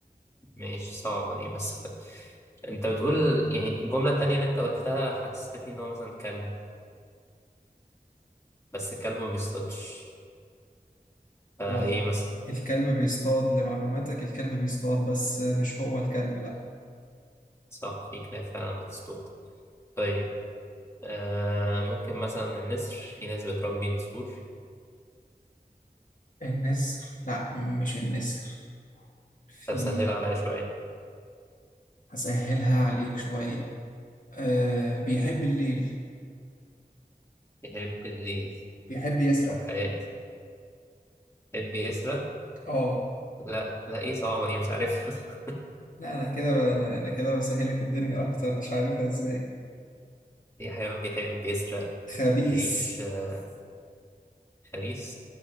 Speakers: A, on the left; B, on the left.
A: ماشي صعبة دي بس <laughs> أنت بتقول يعني الجملة التانية اللي أنت قلتها حسستني إن هو مثلا كلب بس الكلب ما بيصطادش فإيه
B: هو ال-
A: مثلا
B: الكلب بيصطاد لمعلوماتك الكلب بيصطاد بس مش هو الكلب لا
A: صح في كلاب فعلا بتصطاد طيب آه ممكن مثلا النسر في ناس بتربي نسور
B: النسر لا مش النسر في
A: طب سهل عليا شوية
B: هسهلها عليك شوية أه بيحب الليل
A: يحب الليل
B: بيحب يسرق
A: وحياة يحب يسرق
B: اه
A: لا لا إيه صعبة دي مش عارفها <laughs>
B: لا انا كده ب- انا انا كده بسهلك الدنيا اكتر مش عارفها ازاي
A: في حيوان بيحب يسرق
B: خبيث
A: بيعيش آه، خبيث